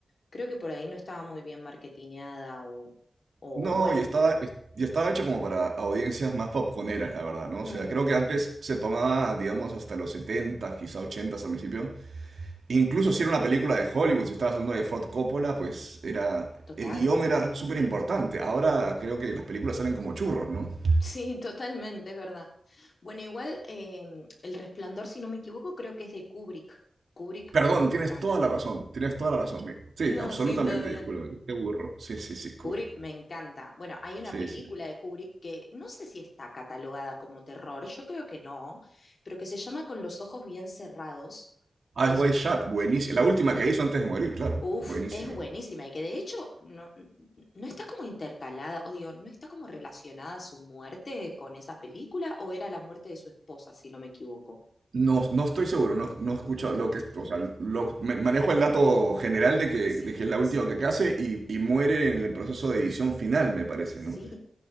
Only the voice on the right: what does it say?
No,
y estaba, y estaba hecha como para audiencias más popconeras, la verdad, ¿no? O
sea, creo que antes se tomaba, digamos, hasta los 70, quizá 80 al principio, Incluso si era una película de Hollywood, si estabas hablando de Ford Coppola, pues era
el guión
era súper importante. Ahora creo que las películas salen como churros, ¿no?
Perdón,
tienes toda la razón, tienes toda la razón. mira. Sí,
absolutamente,
disculpa, qué burro. Sí, sí, sí, Kubrick.
Sí,
sí.
Eyes
Wide Shut, buenísima. La última que hizo antes de morir, claro,
buenísima.
No, no estoy seguro, no, no he escuchado
lo que, o sea, lo- me- manejo el dato general de que,
de que es la última que hace y, y muere en el proceso de edición final, me parece,
¿no?